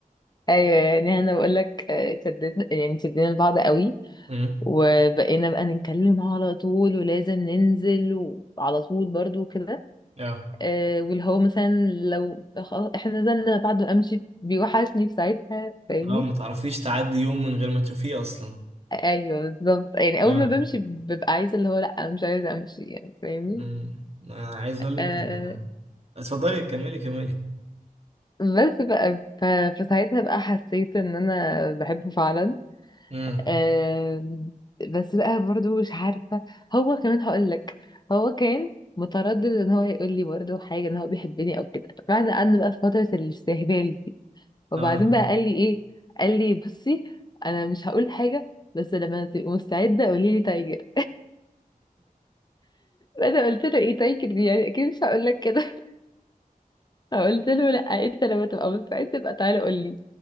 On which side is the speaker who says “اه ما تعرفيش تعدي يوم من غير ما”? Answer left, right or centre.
Right